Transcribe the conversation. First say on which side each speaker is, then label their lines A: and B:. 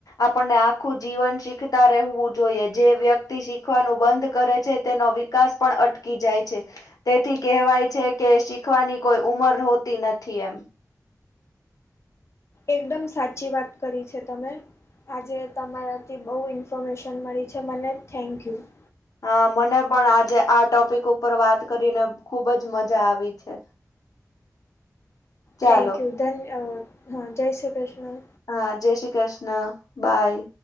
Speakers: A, on the left (about 70°); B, on the left (about 45°).
A: આપણને આખું જીવન શીખતા રહેવું જોઈએ, જે વ્યક્તિ શીખવાનું બંધ કરે છે, તેનો બી વિકાસ પણ અટકી જાય છે. તેથી કેહેવાય છે કે, શીખવાની કોઈ ઉમર હોતી નથી, એમ.
B: એકદમ સાચી વાત કરી છે તમે. આજે તમારાથી બહુ ઇન્ફોર્મેશન મળી છે, મને થેન્ક યુ.
A: હા, મને પણ આજે આ ટોપિક ઉપર વાત કરીને. ખુબ જ મજા આવી છે. ચાલો
B: થેન્ક યુ, ધન્યદ. હા, જય શ્રી કૃષ્ણ.
A: હા, જય શ્રી કૃષ્ણ બાય.